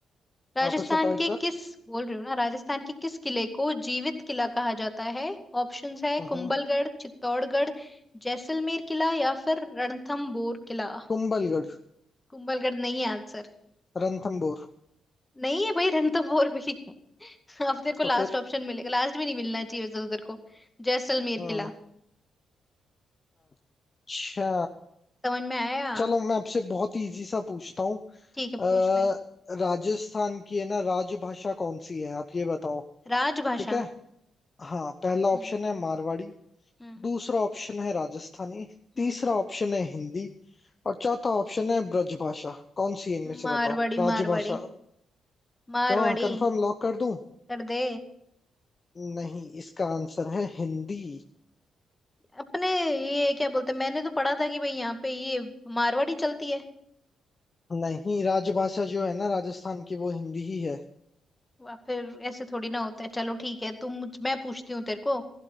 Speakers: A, on the left (about 15°); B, on the left (about 40°).
A: राजस्थान
B: वापस बताओ
A: के
B: एक बार
A: किस बोल रही हूँ ना राजस्थान के किस किले को जीवित किला कहा जाता है ऑप्शंस है
B: हाँ
A: कुंभलगढ़
B: हाँ।
A: चित्तौड़गढ़ जैसलमेर किला या फिर रणथंभौर किला
B: कुंभलगढ़
A: कुंभलगढ़ नहीं है आंसर
B: रणथंबोर
A: नहीं है भाई रणथंभौर भी है। <laughs> अब तेरे को
B: तो
A: लास्ट
B: फिर
A: ऑप्शन मिलेगा लास्ट में नहीं मिलना चाहिए वैसे तो तेरे को जैसलमेर
B: हाँ
A: किला
B: अच्छा
A: समझ में आया
B: चलो मैं आपसे बहुत इजी सा पूछता हूँ
A: ठीक है
B: अ,
A: पूछ ले
B: राजस्थान की है ना राजभाषा कौन सी है आप ये बताओ
A: राजभाषा
B: ठीक है हाँ पहला
A: हम्म।
B: ऑप्शन है मारवाड़ी
A: हम्म
B: दूसरा ऑप्शन है राजस्थानी तीसरा
A: हम्म
B: ऑप्शन है हिंदी और चौथा ऑप्शन है ब्रजभाषा कौन सी है इनमें से
A: मारवाड़ी
B: बताओ राजभाषा
A: मारवाड़ी मारवाड़ी
B: क्यों कंफर्म लॉक कर दूं
A: कर दे
B: नहीं इसका आंसर है हिंदी
A: अपने ये क्या बोलते हैं मैंने तो पढ़ा था कि भाई यहाँ पे ये मारवाड़ी चलती है
B: नहीं राजभाषा जो है ना राजस्थान की वो हिंदी ही है
A: वाह फिर ऐसे थोड़ी ना होता है चलो ठीक है तुम मुझ मैं पूछती हूँ तेरे को